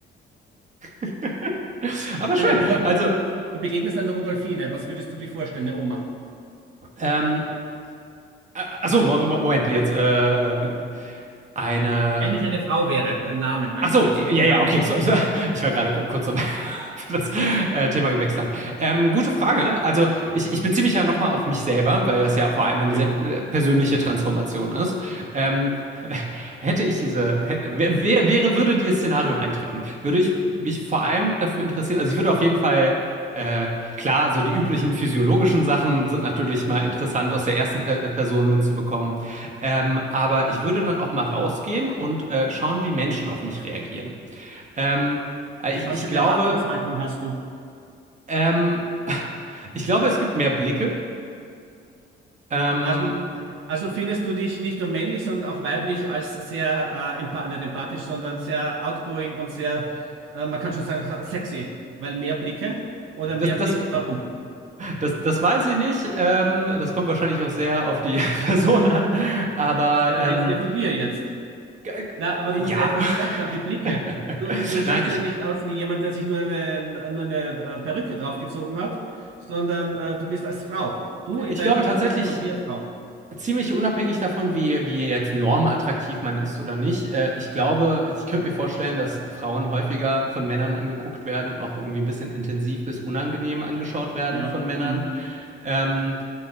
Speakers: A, on the right; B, on the right.
A: <laughs> Aber
B: Stell
A: schön.
B: dir vor, du
A: Also,
B: du begegnest einer Rudolfine. Was würdest du dir vorstellen, eine Oma?
A: ähm, Achso, Moment, jetzt äh, eine.
B: Wenn ich eine Frau wäre, den Namen meine
A: Achso,
B: ich jetzt,
A: ja,
B: weil du
A: ja,
B: Name
A: okay.
B: gesagt
A: So, so,
B: hast.
A: ich war gerade kurz dabei, <laughs> ob das äh, Thema gewechselt haben. Ähm, gute Frage. ne? Also, ich, ich beziehe mich ja nochmal auf mich selber, weil das ja vor allem
B: Natürlich.
A: eine sehr äh, persönliche Transformation ist. Ähm, <laughs> hätte ich diese, hätte, wär, wär- wäre, würde dieses Szenario eintreffen, würde ich mich vor allem dafür interessieren. Also, ich würde auf jeden Fall äh, klar, so die üblichen physiologischen Sachen sind natürlich mal interessant aus der ersten per äh, Person mitzubekommen. Ähm, aber ich würde dann auch mal rausgehen und äh, schauen, wie Menschen auf mich reagieren. Ähm, äh, ich,
B: Was
A: ich
B: für eine
A: glaube,
B: Erwartungshaltung hast du?
A: ähm, ich glaube, es gibt mehr Blicke. Ähm,
B: Also, also findest du dich nicht nur männlich, sondern auch weiblich als sehr, äh, empa nicht empathisch, sondern sehr outgoing und sehr, äh, man kann schon sagen, sexy, weil mehr Blicke oder mehr
A: das, das,
B: Blicke, warum?
A: das, das weiß ich nicht. Ähm, das kommt wahrscheinlich auch sehr auf die <laughs> Person an. Aber
B: Ja,
A: ähm,
B: du redest ja von dir jetzt.
A: g-
B: Na, aber
A: ja.
B: du musst ja etwas gedacht haben, die
A: <laughs>
B: Blicke. Du, du schaust
A: Nein, ich,
B: ja nicht aus wie jemand, der sich nur eine, nur eine äh, Perücke draufgezogen hat, sondern äh, du bist als Frau. Du in
A: ich
B: deiner
A: glaube tatsächlich,
B: Version von dir als Frau.
A: Ziemlich unabhängig davon, wie wie jetzt normattraktiv man ist oder nicht. Äh, ich glaube ich könnte mir vorstellen, dass Frauen häufiger von Männern angeguckt werden und auch irgendwie ein bisschen intensiv bis unangenehm angeschaut werden
B: Ja.
A: von Männern.
B: Mhm.
A: Ähm,